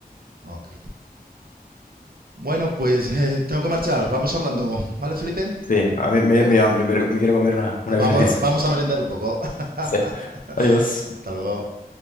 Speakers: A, on the right; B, on the left.
A: Ok. Bueno, pues eh, tengo que marchar. Vamos hablando, ¿vale, Felipe?
B: Sí, a mí me, me da hambre, me, me quiero comer una, una milanesa.
A: Vamos, vamos a merendar un poco. <laughs>
B: Sí. Adiós.
A: Hasta luego.